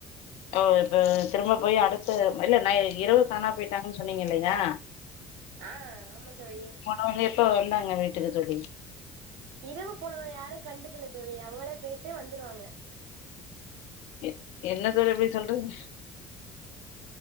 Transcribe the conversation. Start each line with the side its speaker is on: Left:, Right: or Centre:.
Left: ஓ இப்ப திரும்ப போய் அடுத்த இல்ல நா இரவு காணா போய்டாங்கன் சொன்னீங்க இல்லயா
Right: அ ஆமாந்தோழி
Left: அவங்க இப்ப வந்தாங்க வீட்டுக்கு தோழி
Right: இரவு போனவங்க யாரு கண்டுக்கல தோழி அவங்களே போயிட்டு வந்துருவாங்க
Left: எ என்ன தோழி இப்டி சொல்றிங்க